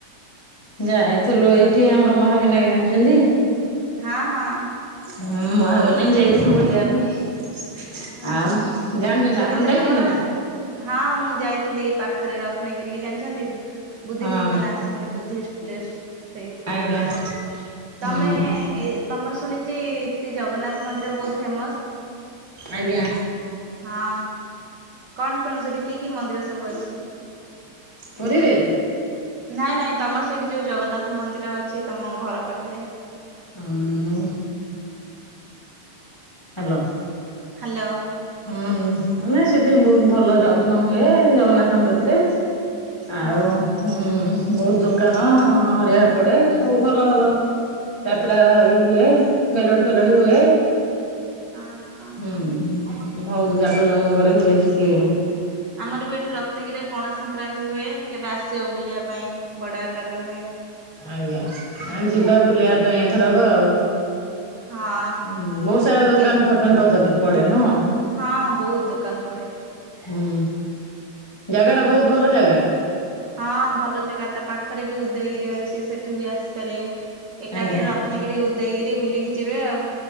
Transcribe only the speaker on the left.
ଯାଇଥିଲୁ ଏଇଠି ଆମର ମହାବିନାୟକ ଜାଣିବନ୍ତି।
ହୁଁ ମହାବିନାକ ଯାଇଥିଲୁ ବୁଲିବା ପାଇଁ
ଆଉ ଜାଣିଛନ୍ତି
ଆପଣ ଯାଇଛନ୍ତି
ନା?
ହଁ
ଆଜ୍ଞା
ହୁଁ
ଆଜ୍ଞା।
ପୁରୀରେ।
ଆଉଁ। ହାଲ।।
ହୁଁ ମାନେ ସେଠି ବହୁତ ଭଲ ଯଜ୍ଞ ହୁଏ ଜଗନ୍ନାଥ‌ଙ୍କ କତିରେ। ଆଉହୁଁ
ବହୁତ ଦୋକାନ ହେରୀକା ପଡେ ସବୁ ଭଲ ଭଲ। ଯାତ୍ରା ଇଏ ହୁଏ ମେଲୋଡି ଫେଲୋଡି ହୁଏ।
ହୁଁ ବହୁତୁ ଜାକ ଜମକରେ ହୁଏ ସେଠି।
ଆଜ୍ଞା, ଆ ଯିବା
ବୁଲିବା ପାଇଁ ଏଥରକ ଆଉ।
ହୁଁ ବହୁତ ସାରା ଦୋକାନ
ଫତନ ପତନ ପଡେ ନୁହଁ?
ହୁଁ ଜାଗା ଟା ବହୁତ ଭଲ ଜାଗା।
ଆଜ୍ଞା